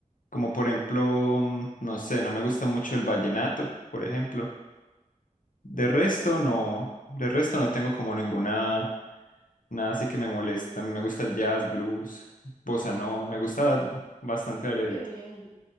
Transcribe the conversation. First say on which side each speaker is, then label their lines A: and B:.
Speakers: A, on the left; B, on the left.
A: como por ejemplo, mm, no sé, no me gusta mucho el vallenato, por ejemplo. De resto,
B: Ok.
A: no, de resto no tengo como ninguna, nada así que me molesta. Me gusta el jazz, blues, bossa nova, me gusta bastante variadito.
B: Qué bien.